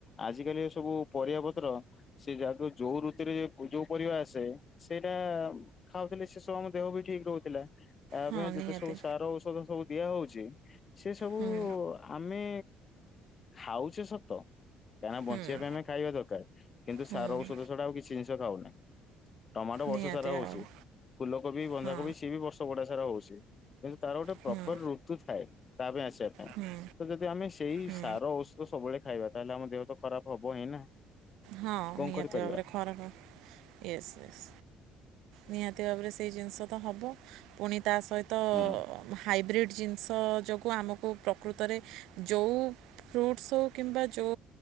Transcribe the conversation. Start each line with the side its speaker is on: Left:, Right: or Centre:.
Left: ଆଜିିକାଲି ସବୁ ପରିବା ପତ୍ର ସେ ଯାହା ବି ଯଉ ଋତୁରେ ଯଉ ପରିବା ଆସେ, ସେଇଟା ଖାଉଥିଲେ ସେ ସବୁ ଆମ ଦେହ ବି ଠିକ ରହୁଥିଲା। ଆ
Right: ହଁ
Left: ପାଇଁ ଯେତେ
Right: ନିହାତି
Left: ସବୁ ସାର ଔଷଧ ସବୁ ଦିଆ ହଉଚି, ସେ ସବୁ
Right: ହୁଁ।
Left: ଆମେ ଖାଉଚେ ସତ। କାଁ ନା ବଞ୍ଚାଇବା
Right: ହୁଁ
Left: ପାଇଁ ଆମେ ଖାଇବା ଦରକାର। କିନ୍ତୁ
Right: ହୁଁ
Left: ସାର ଔଷଧ ଛଡ଼ା ଆଉ କିଛି ଜିନିଷ ଖାଉନାହିଁ। ଟମାଟୋ ବର୍ଷ
Right: ନିହାତି
Left: ସାରା
Right: ଭାବରେ
Left: ହଉଛି ଫୁଲକୋବି ବନ୍ଧାକୋବି
Right: ହଁ
Left: ସିଏ ବି ବର୍ଷ ବୁଡା। ହଉଛି। କିନ୍ତୁ ତାର ଗୋଟେ
Right: ହୁଁ
Left: ପ୍ରପର ଋତୁ ଥାଏ। ତା ପାଇଁ ଆ
Right: ହୁଁ
Left: ତ ଯଦି ଆମେ ସେଇ
Right: ହୁଁ
Left: ସାର ଔଷଦ ସବୁବେଳେ ଖାଇବା ତାହେଲେ ଆମ ଦେହ ତ ଖରାପ ହବ ହିଁ ନା।
Right: ହଁ
Left: କଣ
Right: ନିହାତି
Left: କରିପାରିବା
Right: ଭାବରେ ଖରା ୟସ୍ ୟସ୍ ନିହାତି। ତି ଭାବରେ ସେଇ ଜିନିଷ ତ ହେବ ପୁଣି ତା ସହିତ
Left: ହୁଁ
Right: ହାଇବ୍ରିଡି ଜିନିଷ ଯୋ କୁ ଆମକୁ ପ୍ରକୃତରେ ଯଉ ଫ୍ରୁଟ୍ସ୍ ହଉ କିମ୍ବା ଯଉ